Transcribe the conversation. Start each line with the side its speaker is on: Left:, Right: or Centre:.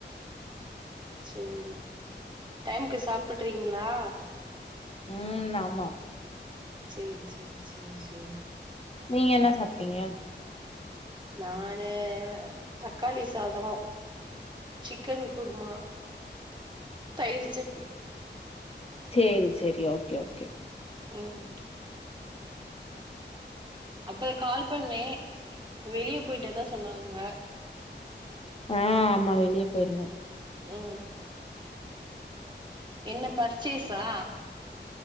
Right: சேரி டைம்க்கு சாப்பட்றீங்ளா
Left: உம் ஆமா
Right: சேர் சேர் சேர் சேர்
Left: நீங்க என்ன சாப்ட்டீங்க
Right: நானு தக்காளி சாதம் சிக்கன் குருமா தயிரு சட்னி
Left: சேரி சேரி ஓகே ஓகே
Right: உம் அப்ப கால் பண்ணே வெளிய போயிட்டதா சொன்னாங்க
Left: அ ஆமா வெளிய போயிருந்தே
Right: உம் என்ன பர்ச்சேஸா